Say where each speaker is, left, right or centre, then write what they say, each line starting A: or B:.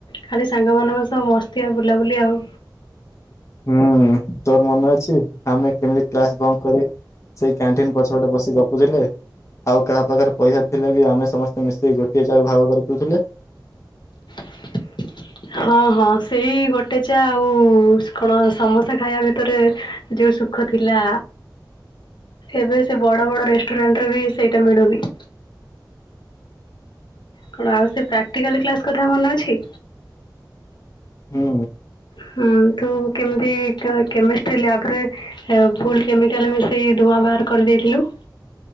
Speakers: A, on the left; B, on the left.
A: ଖାଲି ସାଙ୍ଗମାନାନଙ୍କ ସହ ମସ୍ତି ଆଉ ବୁଲାବୁଲି ଆଉ।
B: ଉମ। ତୋର ମନେ ଅଛି ଆମେ କେମତି କ୍ଲାସ ବନ୍ଦ କରି ସେଇ କ୍ୟାଣ୍ଟିନ ପଛପଟେ ବସି ଗ ବୁଝିଲେ। ଆଉ କାହା ପାଖରେ ପଇସା ଥିଲେ ବି ଆମେ ସମସ୍ତେ ମିଶେଇ ଗୋଟିଏ ଚା ର ଭାଗ କରିଦଉଥିଲେ।
A: <inaudible> ହଁ ହଁ ସେଇ ଗୋଟେ ଚା ଆଉ କଣ ସମସା ଖାଇବା ଭିତରେ ଯୋ ସୁଖ ଥିଲା ଏବେ ସେ ବଡ ବଡ ରେଷ୍ଟୁରାଣ୍ଟ ରେ ବି ସେଇଟା ମିଳୁନି। <inaudible> କଣ ଆଉ ସେ ପ୍ରାକ୍ଟିକାଲ କ୍ଲାସ କଥା ମନେ ଅଛି?
B: ହୁଁ
A: ହମ ତୁ କେମିତି କେମିଷ୍ଟ୍ରୀ ଲ୍ୟାବରେ ଭୁଲ କେମିକାଲ ମିଶେଇ ଧୂଆଁ ବାହାର କରିଦେଇଥିଲୁ।